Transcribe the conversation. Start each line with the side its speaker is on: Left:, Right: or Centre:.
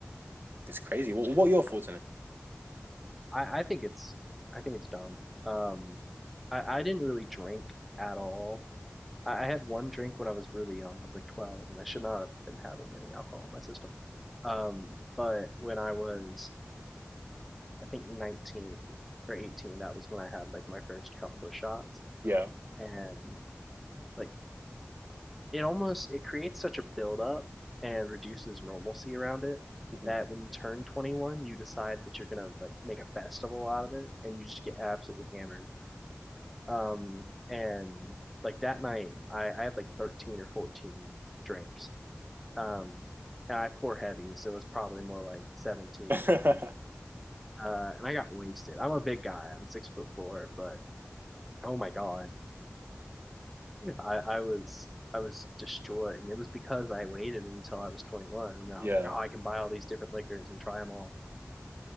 Right: it's crazy. What what are your thoughts on it?
Centre: I, I think it's, I think it's dumb. Um, I, I didn't really drink at all. I, I had one drink when I was really young. I was like 12, and I should not have been having any alcohol in my system. Um, but when I was I think 19 or 18, that was when I had like my first couple of shots.
Right: Yeah.
Centre: And like it almost it creates such a buildup and reduces normalcy around it
Right: Mhm.
Centre: that when you turn 21, you decide that you're gonna like make a festival out of it and you just get absolutely hammered. Um, and like that night, I, I had like 13 or 14 drinks. Um, and I pour heavy, so it was probably more like 17.
Right: Yeah.
Centre: Uh, and I got wasted. I'm a big guy. I'm six foot four, but Oh my God. I, I was I was destroyed. And it was because I waited until I was 21 and I
Right: <laughs> Yeah.
Centre: was like, oh, I can buy all these different liquors and try them all.